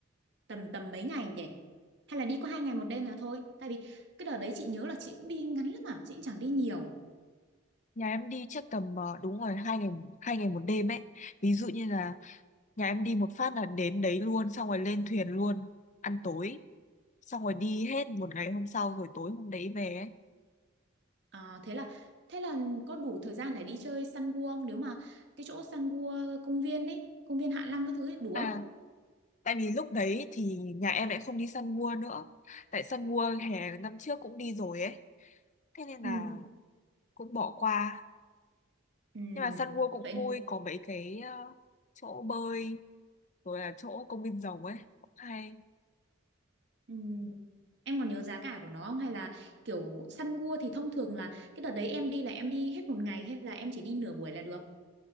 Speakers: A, on the right; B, on the left.
A: tầm tầm mấy ngày nhỉ hay là đi có hai ngày một đêm là thôi tại vì cái đợt đấy chị nhớ là chị cũng đi ngắn lắm mà chị cũng chẳng đi nhiều
B: nhà em đi chắc tầm ờ, đúng rồi hai ngày hai ngày một đêm ấy ví dụ như là nhà em đi một phát là đến đấy luôn xong rồi lên thuyền luôn ăn tối xong rồi đi hết một ngày hôm sau rồi tối hôm đấy về ấy
A: Ờ, thế là thế là có đủ thời gian để đi chơi săn cua không nếu mà cái chỗ săn cua công viên ấy công viên Hạ Long cái thứ ấy đủ
B: à
A: không
B: tại vì lúc đấy thì nhà em lại không đi săn mua nữa tại săn mua hè năm trước cũng đi rồi ấy thế nên
A: Ừ.
B: là cũng bỏ qua
A: Ừm,
B: nhưng mà săn mua cũng
A: vậy
B: vui có mấy cái ờ, chỗ bơi rồi là chỗ công viên rồng ấy cũng hay
A: Ừ. Em còn nhớ giá cả của nó không? Hay là kiểu săn gua thì thông thường là cái đợt đấy em đi là em đi hết một ngày hay là em chỉ đi nửa buổi là được?